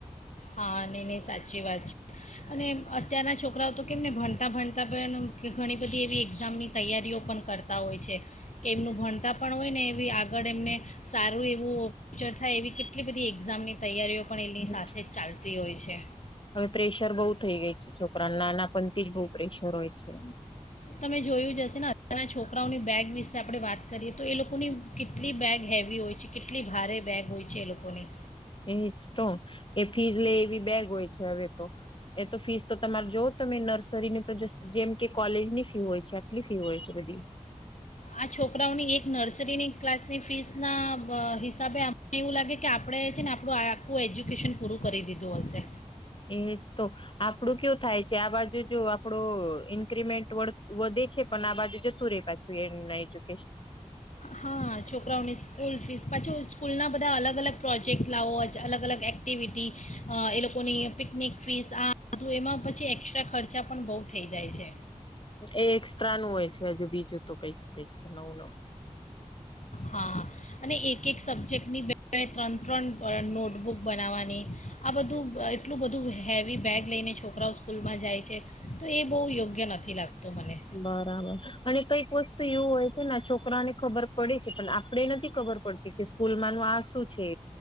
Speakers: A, on the left; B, on the left.
A: હા ન ન સાચી વાત છે અને અત્યારના છોકરાઓ તો કેમ ને ભણતા ભણતાં પણ ઘણી બધી એવી એક્ઝામની તૈયારીઓ પણ કરતા હોય છે કે એમનું ભણતા પણ હોય ને એવી આગળ એમને સારું એવું ફ્યુચર થાય એવી કેટલી બધી એક્ઝામની તૈયારીઓ. પણણે એલની
B: હમ
A: સાથે જ. ચાલતી હોય છે
B: હવે પ્રેશર બહુ થઈ ગઈ છે છોકરાને નાનાપણથી જ બહુ પ્રેશર હોય છે.
A: તમે જોયું જશે ને અજારના છોકરાઓની બેગ વિશે આપણે વાત કરીએ તો એ લોકોની કેટલી બેગ હેવી હોય છે કેટલી ભારે બેગ હોય છે એ લોકોની.
B: એજ તો એ ફીસ લે એવી બેગ હોય છે હવે તો એ તો ફીસ તો તમારે જોવ તમે નર્સરીની તો જેમ કે કોલેજ ની ફી. ી હોય છે આટલી ફી હોય છે બધી.
A: આ છોકરાઓની એક નર્સરીની ક્લાસની ફીસના હિસાબે અમને એવું લાગે કે આપણે છે ને આપણું આખું એજ્યુકેશન પૂરું કરી દીધું હશે.
B: એજ તો આપડું કેવ થાય છે આ બાજુ જો આપડો ઈન્કિમેન્ટ વધે છે પણ આ બાજુ જતું રે પાછું એ નહી.
A: હા છોકરાઓની સ્કૂલ ફીસ પાછી સ્કૂલ ના બધા અલગ અલગ. પ્રોજેક્ટ લાવો અલગ અલગ એક્ટિવિટી એ લોકોની પિકનિક ફીસ આધું એમાં પછી એસ્ટ્રા ખર્ચા પણ બહુ થઈ જાય છે.
B: એ એકસ્ટ્રાનું હોય છે હજુ બીજું તો કઈક કઈક નવું નવું.
A: હા અને એક એક સબ્જેક્ટની બે-બે, ત્રણ-ત્રણ નોટબુક બનાવવાની આ બધું એટલું બધું હેવી બેગ લઈને છોકરાઓ સ્કૂલમાં જાય છે તો એ બહુ યોગ્ય નથી લાગતું. મને
B: બરાબર અને કઈક વસ્તુ એવું હોય છે ને આ છોક કરાને ખબર પડે છે પણ આપડે નથી ખબર પડતી કે સ્કૂલમાંનું આ શું છે